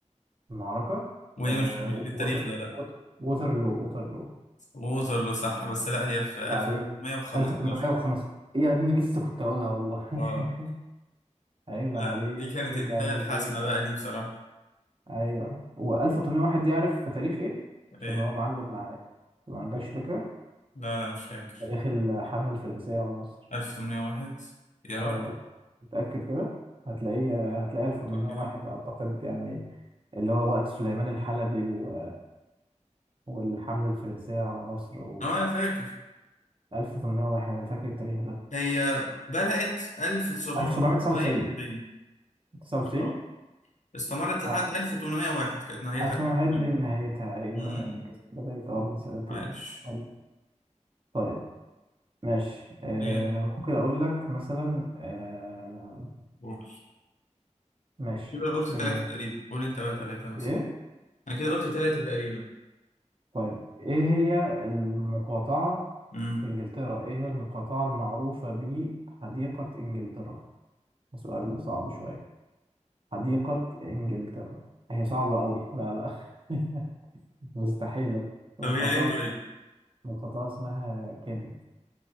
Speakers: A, on the right; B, on the left.
A: معركة
B: وهي
A: آه
B: مش مش في التاريخ
A: ووتر
B: ده لا
A: ووتر ووترلو ووترلو
B: ووترلو صح بس لا هي في
A: عيب عليك
B: 1115
A: 1805 يا ابني لسه كنت هقولها والله <laughs>
B: اه
A: عيب
B: لا
A: عليك
B: دي كانت
A: انا
B: النهايه
A: مذاكر
B: الحاسمه بقى ليه بصراحه
A: ايوه و1801 دي عارف في تاريخ ايه عشان
B: ايه
A: هو معلم معايا ما عندكش فكرة
B: لا لا مش فاكر
A: تاريخ الحملة الفرنسية على مصر
B: 1801 يا
A: اه
B: راجل
A: متأكد كده هتلاقيه هتلاقيه 1801
B: أنا كده
A: اعتقد يعني اللي هو وقت سليمان الحلبي و... والحملة الفرنسية على مصر و
B: اه انا فاكر
A: 1801 انا فاكر التاريخ ده
B: هي بدأت 1798
A: 1799 99
B: آه. استمرت لحد
A: اه
B: 1801 كانت نهايتها
A: 1801
B: الجامعة.
A: دي نهايتها ايوه
B: امم
A: كانت بدأت اه من سنتين
B: عايش
A: حلو. طيب ماشي آه
B: ايه
A: ممكن اقول لك مثلا آه
B: قول
A: ماشي
B: كده قلت ثلاثة
A: آه
B: تقريبا قول انت بقى ثلاثة مثلا
A: ايه
B: انا كده قلت ثلاثة تقريبا
A: طيب ايه هي المقاطعة
B: امم
A: في انجلترا ايه هي المقاطعة المعروفة بحديقة انجلترا ده سؤال صعب شوية حديقة انجلترا هي صعبة قوي لا لا <laughs> مستحيل مقاطعة
B: طب هي ايه طيب
A: مقاطعة اسمها كنت